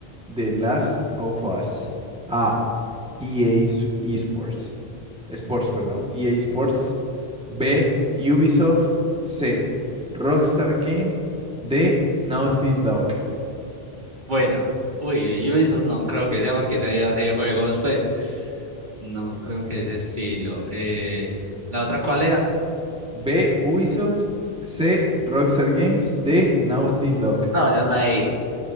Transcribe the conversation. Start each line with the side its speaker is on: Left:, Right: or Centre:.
Centre: The Last of Us? A. EA Sports. Sports, perdón. EA Sports. B. Ubisoft. C. Rockstar Game. D. Naughty Dog.
Right: Bueno, uy, Ubisoft no creo que sea porque ese día hace juegos, pues, no creo que ese estilo. Eh, ¿la otra cuál era?
Centre: B. Ubisoft. C. Rockstar Games. D. Naughty Dog.
Right: No, esa es la de,